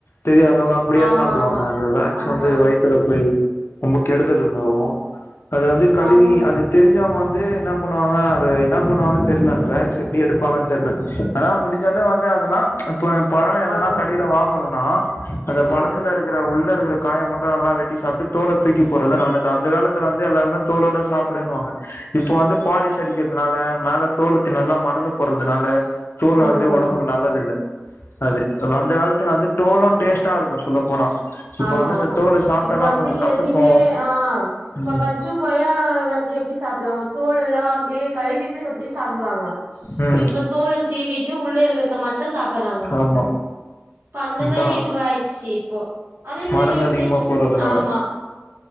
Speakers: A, on the left (about 70°); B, on the right (about 80°).
A: தெரியாதவங்க அப்டியா
B: ஆமா
A: சாப்டுவாங்க
B: ஆமா
A: அந்த வேக்ஸ்
B: ஆமா
A: வந்து வயித்துல போய் ரொம்ப கெடுதல் உண்டாவும் அது வந்து கழுவி
B: ஆமா
A: அது தெரிஞ்சவுங்க வந்து என்ன பண்ணுவாங்க அது என்ன பண்ணுவாங்கன்னு தெரியல அந்த வேக்ஸ் எப்டி எடுப்பாங்கன்னு தெர்ல ஆனா முடிஞ்சளவு வந்து அதெல்லாம் இப்போ பழம் எதனா
B: ஆமா
A: கடியில
B: ஆமா
A: வாங்குறோம்னா அந்த பழத்
B: ஆமா
A: உள்ள இருக்கிற காய மட்டும் நல்லா வெட்டி சாப்ட்டு தோல தூக்கி போடுறது தான் நல்லது அந்த காலத்துல வந்து எல்லாருமே தோளோட சாப்டுன்னுவாங்க இப்ப வந்து பாலிஷ் அடிக்கிறதுனால மேல தோலுக்கு நல்லா மருந்து போடுறதுனால தோல்
B: ஆமா
A: வந்து ஒடம்புக்கு
B: ஆமா
A: நல்லது இல்ல அது அந்த காலத்துல வந்து தோலும் டேஸ்ட்டா இருக்கும் சொல்ல போனா இப்ப
B: ஆமா
A: வந்து இந்த
B: ஆமா
A: தோல சாப்ட்டோனா
B: இப்ப வந்து
A: கொஞ்சோ கசக்கு
B: எதுமே ஆ இப்ப
A: ம்
B: பஸ்ட்டு கொய்யா வந்து எப்படி சாப்பிடுவாங்க தோல எல்லாம் அப்படியே கழுவிட்டு அப்படியே சாப்பிடுவாங்க
A: ம்
B: இப்ப தோல் சீவிட்டு உள்ள இருக்கத்தை மட்டும் சாப் பறாங்க
A: ஆமா
B: இப்ப அந்த
A: இதா
B: மாரி இதுவாயிச்சு இப்போ அதே
A: மருந்து
B: மாரி எப்டி
A: அதிகமா போடுறதுனால
B: ஆமா